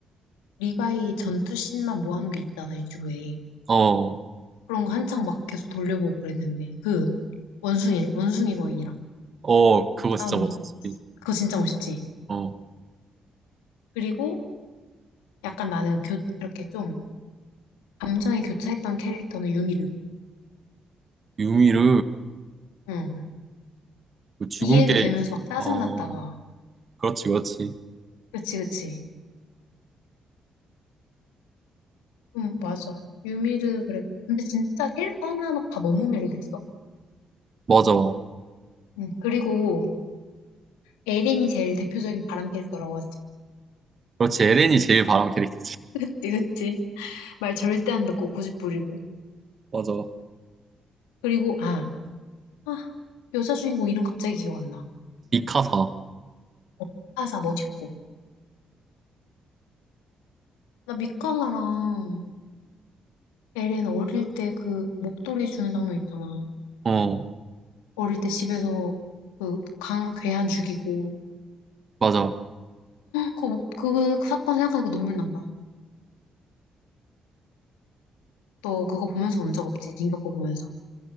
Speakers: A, on the left (about 80°); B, on the right (about 45°).
A: 리바이 전투씬만 모아놓은 게 있잖아, 유튜브에.
B: 어,
A: 그런 거 한창 막 계속 돌려보고 그랬는데. 그, 원숭이, 원숭이 거인이랑
B: 어, 그거 진짜
A: 싸우는
B: 멋있지.
A: 거. 그거 진짜 멋있지?
B: 어,
A: 그리고 약간 나는 교, 이렇게 좀 감정이 교차했던 캐릭터는 유미르.
B: 유미르,
A: 응.
B: 그 죽은
A: 이해도
B: 게임.
A: 되면서 막 짜증났다가.
B: 어, 그렇지, 그렇지.
A: 그치, 그치. 음, 맞아. 유미르 그랬고. 근데 진짜 캐릭터 하나하나 다 너무 매력있어.
B: 맞아.
A: 응. 그리고 에린이 제일 대표적인 바람 캐릭터라고 하지.
B: 그렇지. 에렌이 제일 바람 캐릭터지.
A: 그치, 그치. 말 절대 안 듣고 고집 부리고.
B: <laughs> 맞아.
A: 그리고, 아, 아, 여자 주인공 이름 갑자기 기억 안 나.
B: 미카사.
A: 어, 미카사 멋있고. 나 미카사랑 에렌 어릴 때 그 목도리 주는 장면 있잖아.
B: 어,
A: 어릴 때 집에서 그 강, 괴한 죽이고.
B: 맞아.
A: 그, 목, 그 사건 생각하니까 눈물 난다. 너 그거 보면서 운 적 없지? 링거 거 보면서.